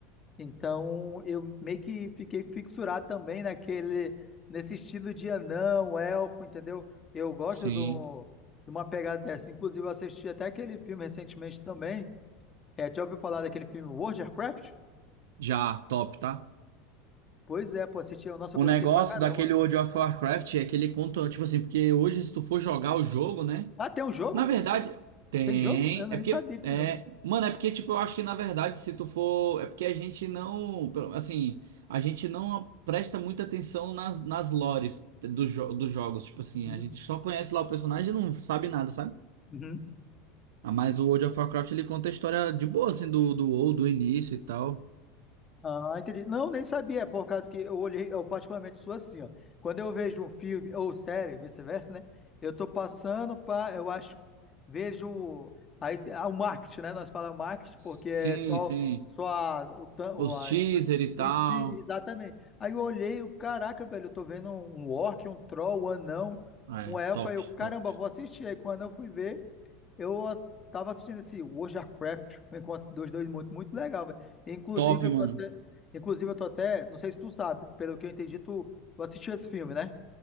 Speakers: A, on the left (about 30°); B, on the right (about 80°).
A: Então, eu meio que fiquei fixurado também naquele, nesse estilo de anão, elfo, entendeu? Eu gosto
B: Sim,
A: do, de uma pegada dessa. Inclusive, eu assisti até aquele filme recentemente também. É, já ouviu falar daquele filme World of Warcraft?
B: já, top, tá?
A: Pois é, pô, assisti. Nossa,
B: O
A: eu gostei
B: negócio
A: pra caramba.
B: daquele World of Warcraft é que ele conta, tipo assim, porque hoje se tu for jogar o jogo, né?
A: Ah, tem um jogo?
B: Na verdade, tem.
A: Tem jogo? Eu nem
B: É porque.
A: sabia que
B: É...
A: tinha jogo.
B: Mano, é porque, tipo, eu acho que na verdade, se tu for. É porque a gente não. pelo- Assim, a gente não presta muita atenção nas, nas lores dos jo- dos jogos. Tipo assim,
A: Uhum.
B: a gente só conhece lá o personagem e não sabe nada, sabe?
A: Uhum.
B: Ah, Mas o World of Warcraft ele conta a história de boa, assim, do, do WoW, do início e tal.
A: Ah, entendi. Não, nem sabia, por causa que eu olhei, eu particularmente sou assim, ó. Quando eu vejo um filme ou série, vice-versa, né? Eu tô passando para, eu acho, vejo aí ah, o marketing, né? Nós falamos marketing
B: S-
A: porque
B: Sim,
A: é só
B: sim.
A: só a, o, tan- o-
B: Os
A: a,
B: teaser
A: est-
B: e tal.
A: este- exatamente. Aí eu olhei, eu, caraca, velho, eu tô vendo um um orc, um troll, um anão,
B: É,
A: um elfo,
B: top,
A: aí eu, caramba,
B: top.
A: vou assistir. Aí quando eu fui ver, eu a- tava assistindo esse World of Warcraft, um encontro dos dois muito muito legal, velho. Inclusive,
B: Top, mano.
A: eu tô até Inclusive, eu tô até, não sei se tu sabe, pelo que eu entendi, tu, tu assistiu esse filme, né?